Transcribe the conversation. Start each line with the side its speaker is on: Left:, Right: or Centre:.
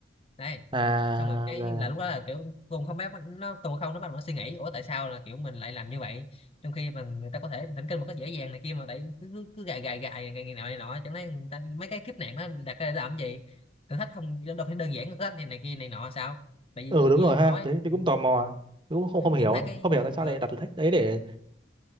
Left: đấy
Right: À,
Left: xong rồi cái
Right: rồi.
Left: là lúc đó là kiểu Tùng không biết nó Tùng không nó bắt đầu nó suy nghĩ ủa tại sao là kiểu mình lại làm như vậy trong khi mà người ta có thể thỉnh kinh một cách dễ dàng này kia mà tại cứ cứ, cứ gài gài gài ngày ngày nào này nọ chẳng lẽ người ta, mấy cái kiếp nạn nó đặt ra để làm cái gì thử thách không đâu phải đơn giản thử thách này, này kia này nọ sao tại vì
Right: Ừ
Left: ông
Right: đúng
Left: như
Right: rồi
Left: ông
Right: ha,
Left: nói
Right: tôi, tôi
Left: ừ.
Right: cũng tò mò. Tôi cũng không không hiểu,
Left: như ông thấy cái
Right: không hiểu tại sao
Left: ờ,
Right: lại đặt thử thách đấy để